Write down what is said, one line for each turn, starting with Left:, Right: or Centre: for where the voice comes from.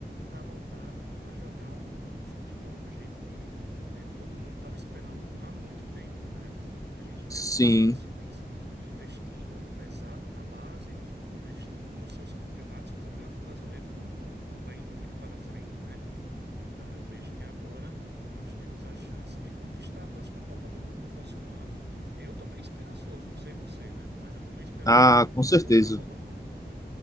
Right: para voltar a jogar um, um futebol do jeito que eh, todo mundo estava esperando há muito tempo, né? A gente
Left: Sim.
Right: vê outras seleções investindo pesado na base, investindo nos seus campeonatos, e o Campeonato Brasileiro não, não, não está indo muito para frente, né? Então eu vejo que agora nós temos a chance de conquistar a próxima Copa do Mundo do próximo ano. Eu estou bem esperançoso, não sei você, né? Mas eu estou bem esperançoso
Left: Ah,
Right: para a
Left: com certeza.
Right: próxima Copa do Mundo.